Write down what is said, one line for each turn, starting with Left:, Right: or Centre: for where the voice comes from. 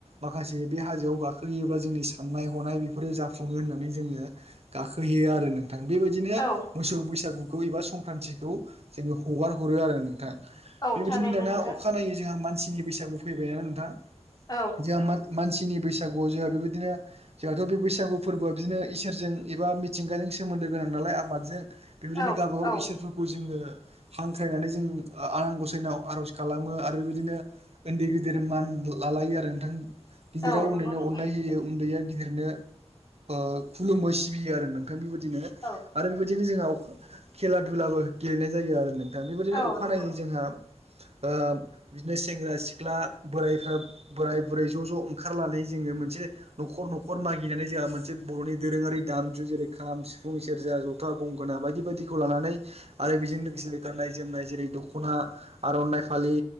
Right: माखासे बे हाजोआव गाखोहैयोबा जोंनि साननाय हनाय बेफोरो जाफुङो होननानै जोङो गाखोहैयो आरो नों नोंथां बेबायदिनो
Left: औ
Right: मोसौ बैसागुखौ एबा संक्रान्तिखौ जोङो हगार हरो आरो नोंथां
Left: औ
Right: बेबायदिनो
Left: थारैनो
Right: दाना
Left: नोंथां
Right: अखाानायनायै जोंहा मानसिनि बैसागु फैबाय ना नोंथां
Left: औ
Right: जोंहा। मानसिनि बैसागुआव जोंहा बेबायदिनो जोंहाथ' बे बैसागु फोरबोआ बिदिनो इसोरजों एबा मिथिंगाजों सोमोन्दो गोनां नालाय आबादजों बेबायदिनो
Left: औ
Right: गावबाागाव
Left: औ
Right: इसोरफोरखौ जोङो हांख्रायनानै जों आ-आनान गसायनाव आर'ज खालामो आरो बेबायदिनो उन्दै गिदिर मान लालायो आरो नोंथां गिदिरा
Left: औ नंगौ
Right: उन्दैनो
Left: नोंथां
Right: अननाय होयो उन्दैया गिदिरनो ओ खुलुमो सिबियो आरो नोंथां बेबायदिनो
Left: औ
Right: आरो बेबायदिनो जोंहा अखा खेला दुलाबो गेलेनाय जायो आरो नोंथां बेबायदिनो
Left: औ
Right: अखानायै
Left: नंगौ
Right: जोंहा ओ बिदिनो सेंग्रा सिख्ला बोराइफ्रा बोराय बुरै ज' ज' ओंखारनानै जोङो मोनसे न'खर न'खर मागिनानै जोंहा मोनसे बर'नि दोरोङारि दामजु जेरै खाम सिफुं सेरजा ज था गंगोना बायदि बायदिखौ लानानै आरो बेजों लोगोसे गाननाय जोमनाय जेरै दख'ना आर'नाइ फालि